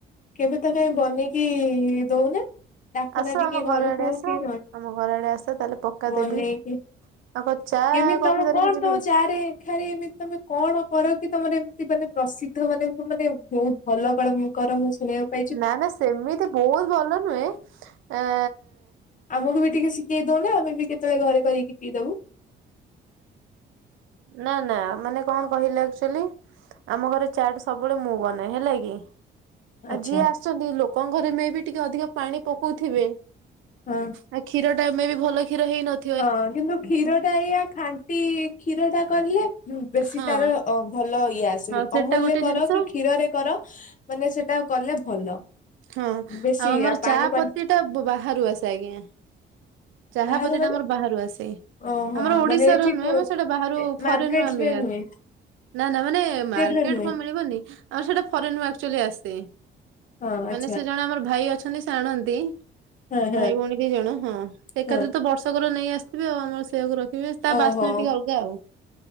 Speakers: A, on the left (about 40°); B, on the right (about 80°).
A: କେବେ ତ କାଇଁ ବନେଇକି ଦଉନା। ଡାକୁନା
B: ଆସ
A: ଟିକେ
B: ଆମ
A: ଘରକୁ
B: ଘର ଆଡେ ଆସ।
A: କି
B: ଆମ ଘର ଆଡେ ଆସ ତାହେଲେ ପକ୍କା
A: ବନେଇକି।
B: ଦେବି। ଆଉ କଣ ଚା
A: କେମିତି
B: କଫି
A: ତମେ
B: ଧରିକି
A: କଣ
B: ଯିବି
A: ତମ ଚାରେ ରେ ଏମିତି ତମେ କଣ କର କି ତମର ଏମିତି ମାନେ ପ୍ରସିଦ୍ଧ ମାନେ ମାନେ ବହୁତ ଭଲ କର ମୁଁ କର ମୁଁ ଶୁଣିବାକୁ ପା
B: ନା ନା ସେମିତି ବହୁତ ଭଲ ନୁହେଁ ଆ
A: ଆମକୁ ବି ଟିକେ ଶିଖେଇ ଦଉନା ଆମେ ବି କେତେବେଳେ ଘରେ କରିକି ପିଇଦବୁ।
B: ନା ନା ମାନେ କଣ କହିଲ ଆକ୍ଚୁଆଲି ଆମ ଘରେ ଚା ଟା ସବୁବେଳେ ମୁଁ ବନାଏ ହେଲା କି ଆଉ
A: ଆଚ୍ଛା।
B: ଯିଏ ଆସିଛନ୍ତି ଲୋକଙ୍କ ଘରେ ମେ ବି ଟିକେ ଅଧିକ ପାଣି ପକଉଥିବେ।
A: ହଁ।
B: ଆଉ କ୍ଷୀର ଟା ମେ ବି ଭଲ କ୍ଷୀର ହେଇନଥିଵ।
A: ହଁ କିନ୍ତୁ କ୍ଷୀର ଟା ଏଇଆ ଖାଣ୍ଟି କ୍ଷୀର ଟା କରିଲେ ହୁଁ ବେଶୀ
B: ହଁ।
A: ତାର ଅ ଭଲ ଇଏ ଆସେ
B: ଆଉ ସେଟା
A: ଅମୁଲ
B: ଗୋଟେ
A: ରେ କର
B: ଜିନିଷ
A: କି କ୍ଷୀରରେ କର ମାନେ ସେଟା କଲେ ଭଲ।
B: ହଁ
A: ବେଶୀ
B: ଆଉ ଆମର
A: ଆ ପାଣି
B: ଚା
A: ପାଣି
B: ପତି ଟା ବାହାରୁ ଆସେ ଆଜ୍ଞା। ଚାହା
A: ବାହାରେ
B: ପତି
A: ମାନେ
B: ଟା ଆମର ବାହାରୁ ଆସେ
A: ଓହୋ
B: ଆମର ଓଡିଶାର
A: ମାନେ ଏଠି
B: ନୁହେଁ
A: କୁ
B: ମୁଁ ସେଇଟା ବାହାରୁ ଫରେନରୁୁ
A: ମାର୍କେଟ
B: ଆମେ
A: ରେ ନୁହେଁ
B: ନା ନା ମାନେ ମାର୍କେଟ
A: ରେ ନୁହେଁ
B: କଣ ମିଳିବନି ଆମର ସେଟା ଫରେନରୁ ଆକ୍ଚୁଆଲି ଆସେ
A: ହଁ ଆଚ୍ଛା
B: ମାନେ ସେ ଜଣେ ଆମର ଭାଇ ଅଛନ୍ତି ସେ ଆଣନ୍ତି
A: ହଁ ହଁ
B: ଭାଇ ଭଉଣୀ ଦି ଜଣ ହଁ ଏକାଥରେ
A: ହଁ।
B: ତ ବର୍ଷକର ନେଇ ଆସିିଥିବେ ଆଉ ଆମର ସେଇଆକୁ ରଖିବେ ତା
A: ଓହୋ
B: ବାସ୍ନା ଟିକେ ଅଲଗା ଆଉ।